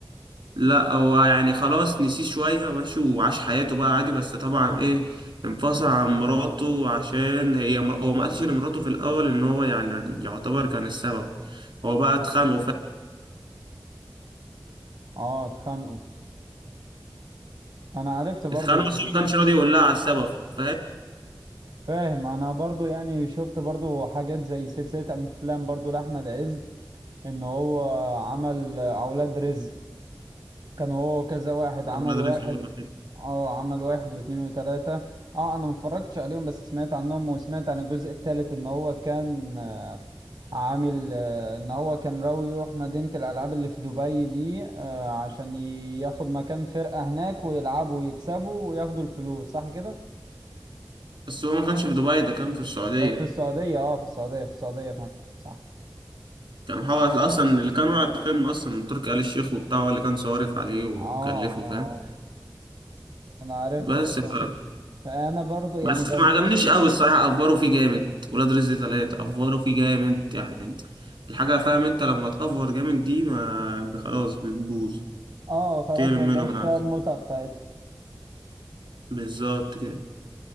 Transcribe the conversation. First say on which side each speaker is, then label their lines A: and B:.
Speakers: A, on the right; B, on the right.
A: لا هو يعني خلاص نسيه شوية ماشي وعاش حياته بقى عادي بس طبعا ايه انفصل عن مراته عشان هي مر... هو ما قالش لمراته في الاول ان هو يعني يعتبر كان السبب هو بقى اتخانقوا
B: اه اتخانقوا انا عرفت برضه
A: اتخانقوا بس هو ما كانش راضي يقول لها على السبب فاهم
B: فاهم انا برضو يعني شفت برضو حاجات زي سلسلة افلام برضو لاحمد عز ان هو عمل اولاد رزق كان هو كذا واحد عمل
A: ولا ده
B: واحد
A: رزق ولا حاجة.
B: اه عمل واحد واتنين وتلاتة اه انا متفرجتش عليهم بس سمعت عنهم وسمعت عن الجزء التالت ان هو كان عامل آه، ان هو كان راوي يروح مدينة الالعاب اللي في دبي دي آه، عشان ي- ياخد مكان فرقة هناك ويلعبوا ويكسبوا وياخدوا الفلوس صح كده
A: بس هو ما كانش في دبي ده كان في السعودية
B: آه، في السعودية اه في السعودية في السعودية في مكة صح
A: كان هو اصلا اللي كان على الفيلم اصلا تركي آل الشيخ وبتاع هو اللي كان صارف عليه وكلفه
B: اه اه
A: فاهم
B: آه. انا عرفت
A: بس
B: برضه
A: ف...
B: كده انا برضه يعني
A: بس
B: ببص
A: ما عجبنيش قوي الصراحة افوروا فيه جامد ولاد رزق ثلاثة افوروا فيه جامد يعني الحاجة فاهم انت لما تأفور جامد دي ما خلاص بتبوظ
B: اه خلاص
A: تقل
B: ما
A: منهم
B: بقاش
A: بالعكس
B: فيها المتعة بتاعتها
A: بالظبط كده